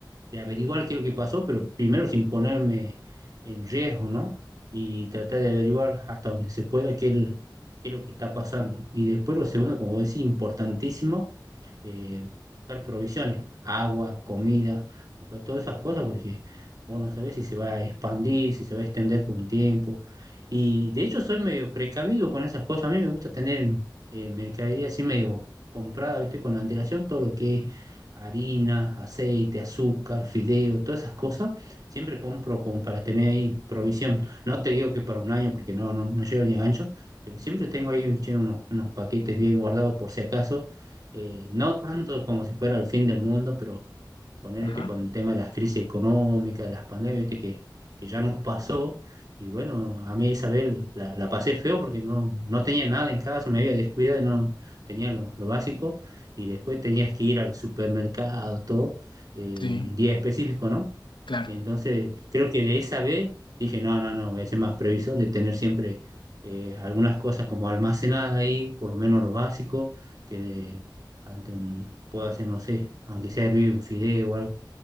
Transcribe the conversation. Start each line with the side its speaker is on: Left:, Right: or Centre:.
Right: de averiguar qué es lo que pasó, pero primero sin ponerme en riesgo, ¿no? Y tratar de averiguar hasta donde se pueda qué es, el- qué es lo que está pasando. Y después lo segundo, como decía, importantísimo, eh, buscar provisiones, agua, comida, buscar todas esas cosas, porque vos no sabés si se va a expandir, si se va a extender por un tiempo. Y de hecho soy medio precavido con esas cosas. A mí me gusta tener eh, mercadería así medio comprada, ¿viste? Con antelación, todo lo que es harina, aceite, azúcar, fideo, todas esas cosas, siempre compro como para tener ahí provisión. No te digo que para un año porque no, no, no llego ni a gancho, pero siempre tengo ahí che, unos, unos paquetes bien guardados por si acaso. Eh, no tanto como si fuera el fin del mundo, pero poner
Left: Ajá,
Right: este con el tema de las crisis económicas, de las pandemias, ¿viste? Que, que ya nos pasó. Y bueno, a mí Isabel la, la pasé feo porque no, no tenía nada en casa, me había descuidado y no tenía lo, lo básico. Y después tenías que ir al supermercado, todo, eh,
Left: sí,
Right: en día específico, ¿no?
Left: claro.
Right: Entonces, creo que de esa vez dije, no, no, no, voy a ser más previsor de tener siempre eh, algunas cosas como almacenadas ahí, por lo menos lo básico, que ante un- puedo hacer, no sé, aunque sea hervir un fideo o algo.